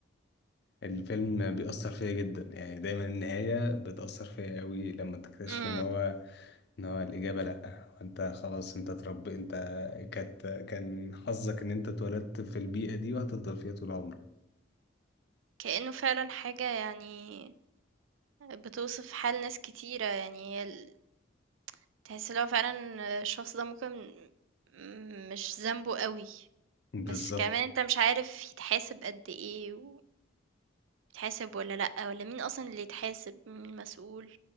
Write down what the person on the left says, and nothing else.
الفيلم بيأثر فيا جدا يعني دايما النهاية بتأثر فيا قوي لما تكتشف
ان هو ان هو الإجابة لأ وانت خلاص انت اترب انت كانت كان حظك ان انت اتولدت في البيئة دي وهتفضل فيها طول عمرك
بالظبط